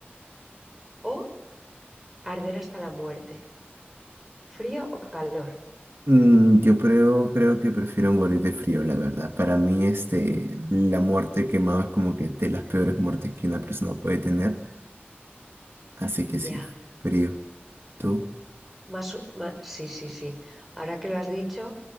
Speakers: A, in the centre; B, on the right.
A: o arder hasta la muerte? ¿Frío o calor?
B: Mm, yo creo, creo que prefiero morir de frío, la verdad. Para mí, este, la muerte quemada es como que de las peores muertes que una persona puede tener. Así que
A: Ya.
B: sí, frío. ¿Tú?
A: Más, o- ma- sí, sí, sí. Ahora que lo has dicho,